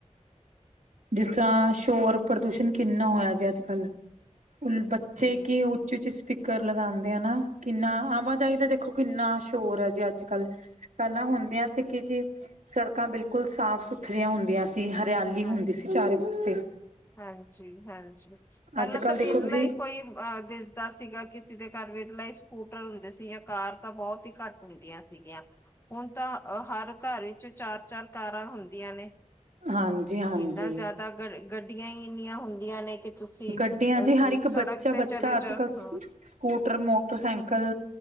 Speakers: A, on the right; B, on the left.
A: ਜਿਸ ਤਰ੍ਹਾਂ ਸ਼ੋਰ ਪ੍ਰਦੂਸ਼ਣ ਕਿੰਨਾ ਹੋਇਆ ਜੇ ਅੱਜ ਕੱਲ। ਬੱਚੇ
B: ਜੀ
A: ਕੀ ਉੱਚ ਉੱਚੀ ਸਪੀਕਰ। ਕਰ ਲਗਾਉਂਦੇ ਆ ਨਾ ਕਿੰਨਾ ਆਵਾਜਾਈ ਦਾ ਦੇਖੋ ਕਿੰਨਾ ਸ਼ੋਰ ਹੈ ਜੇ ਅੱਜ ਕੱਲ੍ਹ ਪਹਿਲਾਂ ਹੁਣ। ਹੁੰਦੀਆਂ ਸੀ ਕਿ ਜੀ ਸੜਕਾਂ ਬਿਲਕੁਲ ਸਾਫ਼ ਸੁਥਰੀਆਂ ਹੁੰਦੀਆਂ ਸੀ ਹਰਿਆਲੀ
B: ਹਾਂਜੀ
A: ਹੁੰ ਸੀ ਚਾਰੇ ਪਾਸੇ।
B: ਹਾਂਜੀ ਹਾਂਜੀ ਪਹਿਲਾਂ
A: ਅੱਜ ਕੱਲ
B: ਤਾਂ
A: ਦੇਖੋ
B: ਵਿਰਲਾ
A: ਤੁਸੀਂ
B: ਹੀ ਕੋਈ ਅ ਦਿਸਦਾ ਸੀਗਾ ਕਿਸੇ ਦੇ। ਕਰ ਵਟ ਲ <inaudible> ਸਕੂਟਰ ਸੀ ਕਾਰ ਤਾਂ ਬਹੁਤ ਹੀ ਘੱਟ ਹੁੰਦੀਆਂ ਸੀਗੀਆਂ। ਹੁਣ ਤਾਂ ਹਰ ਘਰ ਵਿੱਚ ਚਾਰ ਚਾਰ। ਸਰਕਾਰਾਂ ਹੁੰਦੀਆਂ ਨੇ।
A: ਹਾਂਜੀ ਹਾਂਜੀ
B: ਇੰਨਾ ਜ਼ਿਆਦਾ ਗੱਡੀਆਂ ਹੀ ਇੰਨੀਆਂ ਹੁੰਦੀਆਂ ਨੇ ਕਿ। ਤੁਸੀਂ
A: ਗੱਡੀਆਂ ਚ
B: ਅ
A: ਹਰ ਇੱਕ
B: ਸੜਕ
A: ਬੱਚਾ
B: ਤੇ
A: ਬੱਚਾ
B: ਚਲੇ
A: ਅੱਜ
B: ਜਾ
A: ਕੱਲ੍ਹ
B: ਹਾਂ
A: ਸਕੂਟਰ ਮੋਟਰਸਾਈਕਲ।